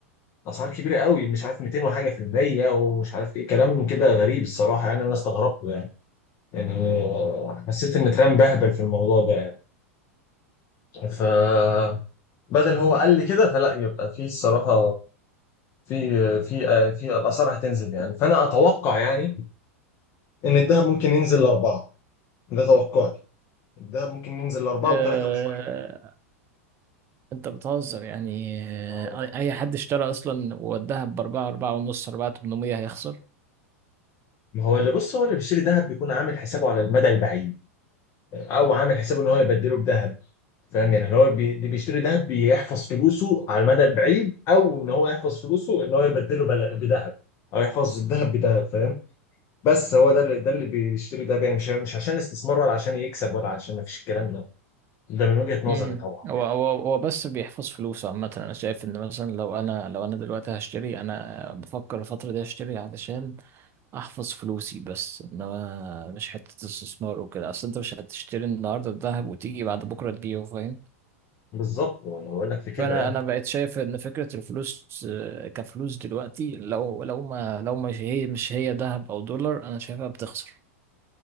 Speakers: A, on the left; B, on the right.
A: اسعار كبيره قوي مش عارف 200 وحاجه في المية ومش عارف ايه كلام كده غريب الصراحه يعني انا استغربت يعني يعني حسيت ان ترامب بهبل في الموضوع ده يعني فبدل هو قال لي كده فلا يبقى في الصراحه في في في الاسعار هتنزل يعني فانا اتوقع يعني ان الذهب ممكن ينزل لاربعه ده توقعي الذهب ممكن ينزل لاربعه
B: امم
A: وثلاثه وشويه كده
B: انت بتهزر يعني آه،
A: آه والله.
B: اي حد اشترى اصلا ووداها باربعة اربعة ونص اربعة 800 هيخسر
A: ما هو اللي بص هو اللي بيشتري ذهب بيكون عامل حسابه على المدى البعيد او عامل حسابه ان هو يبدله بذهب فاهم يعني اللي هو بي... اللي بيشتري ذهب بيحفظ فلوسه على المدى البعيد او ان هو يحفظ فلوسه ان هو يبدله بل... بذهب او يحفظ الذهب بذهب فاهم بس هو ده اللي ده اللي بيشتري ذهب يعني مش مش عشان استثمار ولا عشان يكسب ولا عشان ما فيش الكلام ده ده من وجهة نظري
B: امم
A: طبعا
B: هو
A: يعني
B: هو هو بس بيحفظ فلوسه عامة انا شايف ان مثلا لو انا لو انا دلوقتي هشتري انا بفكر الفترة دي اشتري علشان احفظ فلوسي بس انما مش حتة استثمار وكده اصل انت مش هتشتري النهاردة الذهب وتيجي بعد بكرة تبيعه فاهم
A: بالظبط وانا بقول لك في كده
B: فانا
A: يعني
B: انا بقيت شايف ان فكرة الفلوس آه، كفلوس دلوقتي لو لو ما لو مش هي مش هي ذهب او دولار انا شايفها بتخسر